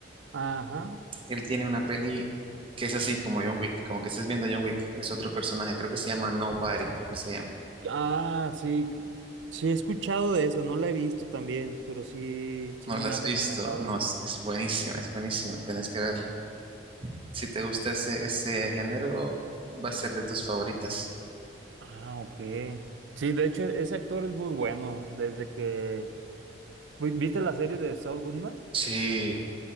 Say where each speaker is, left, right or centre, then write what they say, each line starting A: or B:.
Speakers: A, on the right; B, on the right.
A: Ajá.
B: él tiene una peli que es así como John Wick, como que estés viendo a John Wick. Es otro personaje, creo que se llama Nobody, creo que se llama.
A: Ah, sí. Sí, he escuchado de esa, no la he visto también, pero sí, sí
B: ¿No
A: me
B: la
A: la
B: has
A: han
B: visto?
A: recomendado.
B: No, es, es buenísima, es buenísima, tenés que verla. Si te gusta ese, ese género, va a ser de tus favoritas.
A: Ah, ok. Sí, de hecho, ese actor es muy bueno. Desde que... ¿Vi- ¿Viste la serie de Saul Goodman?
B: Sí,